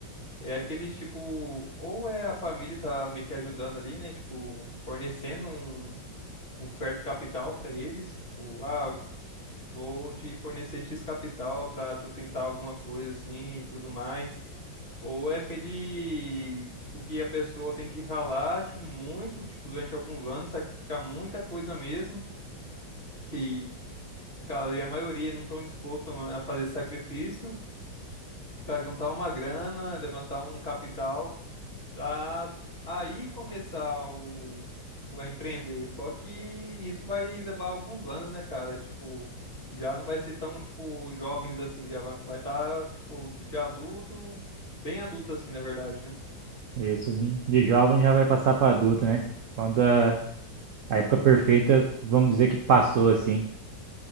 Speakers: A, on the left; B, on the right.
A: é aquele tipo, ou é a família tá meio que ajudando ali, né? Tipo, fornecendo um. um certo capital para eles, tipo, ah, vou te fornecer X capital para tu tentar alguma coisa assim e tudo mais. Ou é aquele tipo que a pessoa tem que ralar, tipo, muito, tipo, durante alguns anos, sacrificar muita coisa mesmo, que cara, e a maioria não estão dispostos a fazer esse sacrifício para juntar uma grana, levantar um capital. para aí começar o, o a empreender. Só que isso vai levar alguns anos, né, cara? Tipo, já não vai ser tão, tipo, jovens assim, já vai vai estar, tipo, de adulto, bem adulto assim, na verdade, né?
B: Isso de, de jovem já vai passar para adulto, né? Quando a, a época perfeita, vamos dizer que passou assim.